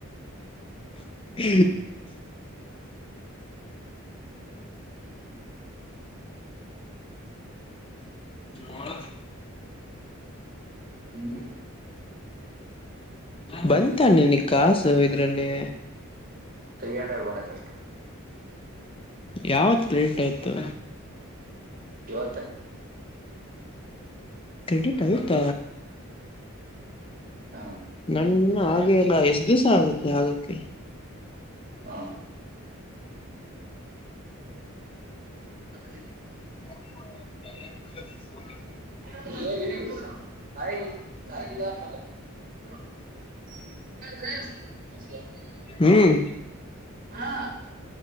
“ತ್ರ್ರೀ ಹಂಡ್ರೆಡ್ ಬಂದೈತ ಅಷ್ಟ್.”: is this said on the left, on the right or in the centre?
Right